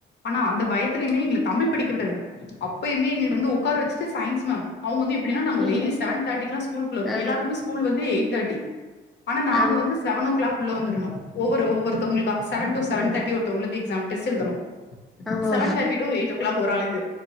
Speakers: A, on the left (about 60°); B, in the centre.
A: ஆனா அந்த பயத்திலயுமே எங்கள தமிழ் படிக்க விடல அப்பயுமே எங்களுக்கு வந்து உக்கார வச்சிட்டு சயின்ஸ் மேம் அவங்க வந்து எப்டினா நாங்க
B: ம்
A: டெய்லி செவன் தேர்டிகுலா ஸ்கூல்குள்ள இரு
B: ஆ
A: எல்லாருகுமே ஸ்கூல் வந்து எயிட் தேட்டி ஆனா நாங்க
B: ஆம்
A: வந்து செவன் ஓ க்ளாக் உள்ள வந்துரனும் ஒவ்வொருத்தவங்களுக்கா சவன் டு சவன் தேட்டி ஒருத்தவங்களுக் எக்ஸாம் டெஸ்ட்டெழுதணு
B: ஆமா
A: seven thirty to eight o'clock ஒரு ஆளுக்கு